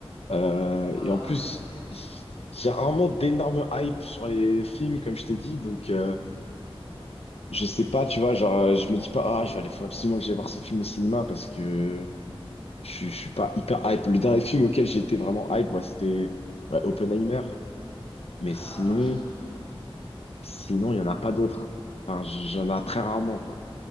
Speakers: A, on the left; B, on the left.
A: Euh,
B: Ah
A: et en plus,
B: ouais, c'est vrai que c'est chiant.
A: j'ai rarement d'énormes hype sur les films, comme je t'ai dit. Donc, euh, je sais pas, tu vois, genre, euh, je me dis pas, ah, je vais aller, faut absolument que j'aille voir ce film au cinéma parce que je, suis- je suis pas hyper hype. Le dernier film auquel j'ai été vraiment hype, ouais, c'était ouais, Oppenheimer. Mais
B: Ah,
A: sinon,
B: je m'en souviens.
A: sinon, il y en a pas d'autres. Enfin, j- j'en ai très rarement, quoi.